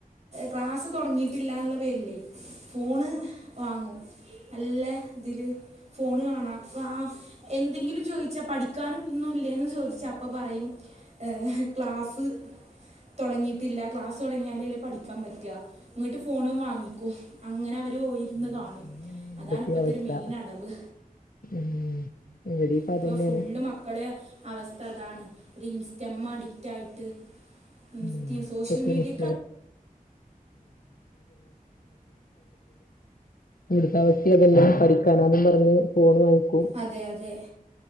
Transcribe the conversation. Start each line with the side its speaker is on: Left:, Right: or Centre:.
Right: ക്ലാസ് തുടങ്ങിയിട്ടില്ല എന്നുള്ള പേരില്ലേ ഫോണ് വാങ്ങും നല്ല ഇതില് ഫോണ് കാണാം ക്ലാ എന്തെങ്കിലും ചോദിച്ചാ പഠിക്കാനൊന്നും ഇല്ലേന്ന് ചോദിച്ചാ അപ്പ പറയും ഏഹ് ക്ലാസ്സ് തൊടങ്ങിയിട്ടില്ല ക്ലാസ്സ് തൊടങ്ങിയാലല്ലേ പഠിക്കാൻ പറ്റുക ഇങ്ങോട്ട് ഫോണും വാങ്ങിക്കും അങ്ങനെ അവര് പോയിരുന്ന് കാണും
Left: അങ്ങനെയാണ്
Right: അതാണ്
Left: ഇവിടത്തെ
Right: ഇപ്പഴത്തെ
Left: അവസ്ഥ
Right: ഒരു മെയിൻ അടവ്
Left: ഉം ഇവിടെയും ഇപ്പ
Right: ഇപ്പൊ
Left: അതന്നെയാണ്
Right: ഫുള്ള് മക്കള് അവസ്ഥ അതാണ് ഒരു ഇൻസ്റ്റമ്മ അഡിക്ക്റ്റായിട്ട് ഇൻസ്റ്റം
Left: ഉം
Right: സോഷ്യൽ മീഡിയ
Left: <unintelligible> ഇവിടുത്തെ അവസ്തേം അതെന്നെ പഠിക്കാനാന്നും പറഞ് ഫോണ് വാങ്ങിക്ക
Right: അതെ അതെ